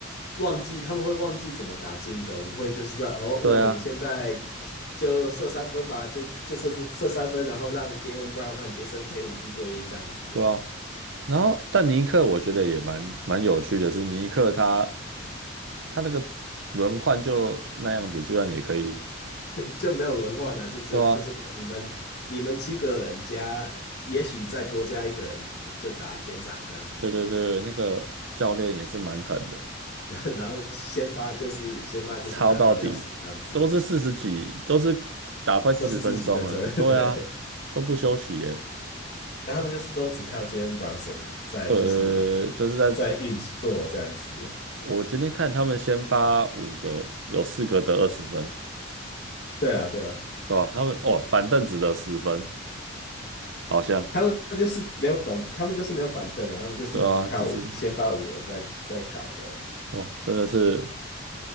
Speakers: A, on the left; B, on the right.
A: 忘记他们会忘记怎么打进攻，会就是说哦，
B: 对啊
A: 那我们现在就射三分吧，就就射射三分，然后让杰伦 l e Brown 和杰森 s o n Tatum 一对一这样子。
B: 对啊，然后，但尼克我觉得也蛮蛮有趣的是，尼克他他那个轮换就那样子，居然也可以，
A: 就没有文化呢，就只就说你们你们七个人加，
B: 对啊，
A: 也许再多加一个人就打全场这样子，
B: 对对对，那个教练也是蛮狠的，
A: <laughs> 然后先发就是先发就是打到要死这样子，
B: 抄到底都是四十几，都是打快四十分钟啊，
A: 都是四十几分钟，
B: 对啊，
A: <laughs> 对，
B: 都不休息耶，
A: 但他们就是都只靠 Jalen Brunson 在就是
B: 呃，就是在
A: 在运作这样子，
B: 我今天看他们先发五个，有四个得二十分，
A: 对啊对啊，
B: 对吧？他们哦，板凳只得十分，好像
A: 他们就是没有等，他们就是没有板凳啊，他们就是只靠先发五人在在搞的，
B: 对啊，这这哇，真的是。